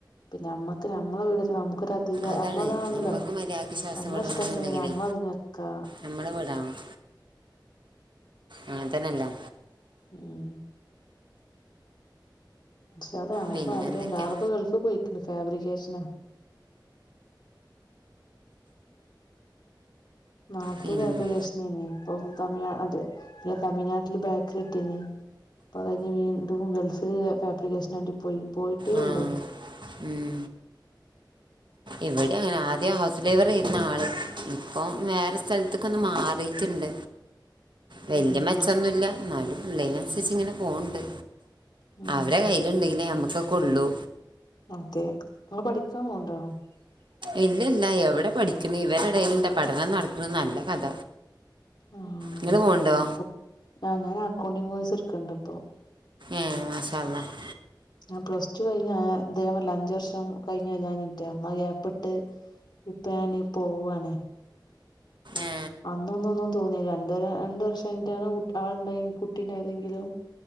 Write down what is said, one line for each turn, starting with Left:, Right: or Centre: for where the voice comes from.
Left: പിന്നെ നമ്മക്ക് നമ്മളെ വീട്, നമുക്കൊര ധിക
Right: അതാണ്
Left: അമ്മൾതാണല്ലോ?
Right: നമുക്ക് മര്യാദക്ക് ശ്വാസം
Left: നമ്മള
Right: വിടണമെന്നുണ്ടെങ്കിലേ
Left: ഇഷ്ടത്തിന് നമ്മള തിന് നിക്കാ
Right: നമ്മളെ വീടാവണം, അങ്ങൻതന്നെല്ലെ?
Left: ഉം. ഇൻഷാ അള്ളാഹ്. ഞങ്ങക്കും
Right: പിന്നെന്തൊക്കെയാ
Left: ആഗ്രഹണ്ട്. ആളിപ്പോ ഗൾഫ് പോയിക്ണ്. ഫാബ്രിക്കേഷനാ. നാട്ടില്
Right: പിന്നെ
Left: ഫാബ്രിക്കേഷനേനി. ഇപ്പം തമിഴ് അത് തമിഴ്നാട്ടില് ബേക്കറി ഇട്ടീനി. ഇപ്പൊ അത് കഴിഞ്ഞ് വീണ്ടും ഗൾഫില് ഫാബ്രിക്കേഷന് വേണ്ടി പോയി. പോയിട്ടേയൊള്ളൂ.
Right: ആ ഉം. ഇവടിം അങ്ങനെ, ആദ്യം ഹൗസ് ഡ്രൈവറേര്ന്നു ആള്. ഇപ്പൊ വേറെ സ്ഥലത്ത്ക് ഒന്ന് മാറീട്ടുണ്ട്. വല്യ
Left: ഉം
Right: മെച്ചൊന്നുല്ല. എന്നാലും ഇള്ളെനൻസരിച്ച് ഇങ്ങനെ പോവ്ണ്ട്.
Left: ഉം.
Right: ഓലെ കയ്യില്ണ്ടെങ്കിലേ നമുക്കൊക്കൊള്ളൂ.
Left: അതെ. ങ്ങള് പഠിക്കാൻ പോവ്ണ്ടോ?
Right: ഇല്ലല്ല. എവിടെ പഠിക്ക്ണ്, ഇവരെടേൽണ്ടൊ പഠനം നടക്ണ്. നല്ല കഥ.
Left: ആഹ്
Right: ഇങ്ങള് പോവ്ണ്ടോ?
Left: കു ആഹ്. ഞാൻ അക്കൗണ്ടിംങ് കോഴ്സ് ഇട്ക്ക്ണ്ട് ഇപ്പം
Right: ഏഹ്. മാഷാഅള്ളാഹ്
Left: ഞാൻ പ്ലസ്ടു കഴിഞ് അഹ് ഇത് ഞാൻ പർഞിലേ അഞ്ച് വർഷം കഴിഞ്ഞാ അന്നാ ഗ്യാപ്പിട്ട്. ഇപ്പ ഞാന് പോവാണ്.
Right: ഏ
Left: അന്നൊന്നും ഒന്നും തോന്നിലാ. രണ്ടര രണ്ട് വർഷം കഴിഞ്ഞിട്ടാണ് ആൾണ്ടായ കുട്ടീണ്ടായതെങ്കിലും.